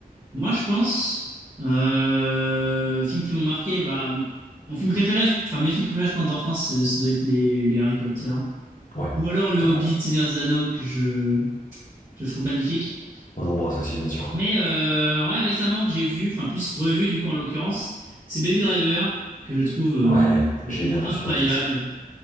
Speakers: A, on the right; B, on the left.
A: Moi, je pense, euh, films qui m'ont marqué, bah, mon film préféré, je- enfin, mes films préférés, je pense, d'enfance, ce, ce doit être les, les Harry Potter.
B: Ouais.
A: Ou alors le Hobbit,
B: Ah, voilà.
A: Seigneur des Anneaux, que je, que je trouve magnifique.
B: On embrasse aussi, bien sûr.
A: Mais euh, ouais, récemment que j'ai vu, enfin plus revu du coup en l'occurrence, c'est Baby Driver, que je trouve, euh,
B: Ouais,
A: que je
B: génial
A: trouve incroyable.
B: là sur Netflix.